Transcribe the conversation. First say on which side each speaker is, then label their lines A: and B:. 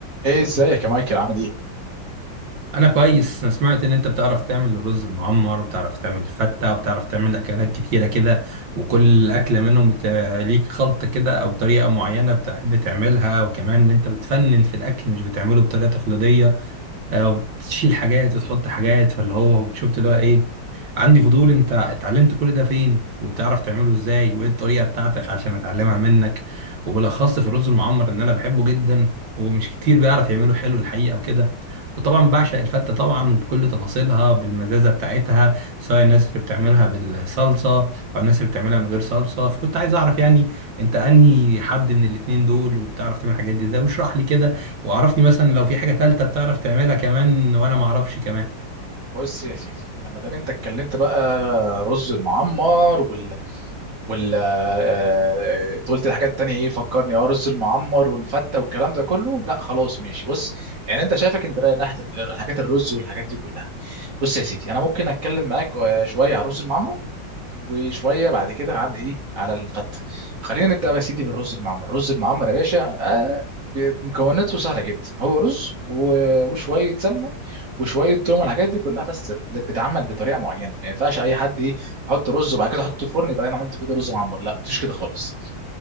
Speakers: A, on the right; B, on the right.
A: ايه ازيك يا مايكل عامل ايه
B: انا كويس انا سمعت ان انت بتعرف تعمل الرز المعمر وبتعرف تعمل الفتة وبتعرف تعمل اكلات كتيرة كده وكل اكلة منهم بت- ليك خلطة كده او طريقة معينة بتحب تعملها وكمان ان انت بتفنن في الاكل مش بتعمله بطريقة تقليدية وتشيل حاجات وتحط حاجات فاللي هو شفت اللي هو ايه عندي فضول انت اتعلمت كل ده فين وبتعرف تعمله ازاي وايه الطريقة بتاعتك عشان اتعلمها منك وبالاخص في الرز المعمر ان انا بحبه جدا ومش كتير بيعرف يعمله حلو الحقيقة وكده وطبعا بعشق الفتة طبعا وبكل تفاصيلها بالمزازة بتاعتها سواء الناس اللي بتعملها بالصلصة او الناس اللي بتعملها من غير صلصة فكنت عايز اعرف يعني انت انهي حد من الاتنين دول وبتعرف تعمل الحاجات دي ازاي واشرح لي كده وعرفني مثلا لو في حاجة تالتة بتعرف تعملها كمان وانا ما اعرفش كمان
A: بص يا سيدي لما دام انت اتكلمت بقى رز المعمر وال وال آه، آه، قلت الحاجات التانية ايه فكرني اه رز المعمر والفتة والكلام ده كله لا خلاص ماشي بص يعني انت شايفك انت رايح ناحية الحاجات الرز والحاجات دي كلها بص يا سيدي انا ممكن اتكلم معاك آه، شوية على رز المعمر وشويه بعد كده على ايه على الفته خلينا نبدا بقى يا سيدي بالرز المعمر الرز المعمر يا باشا آه ب- مكوناته سهله جدا هو رز و- وشويه سمنه وشويه توم والحاجات دي كلها بس بتتعمل بطريقه معينه ما ينفعش اي حد ايه احط رز وبعد كده احطه في الفرن يبقى انا عملت كده رز معمر لا مفيش كده خالص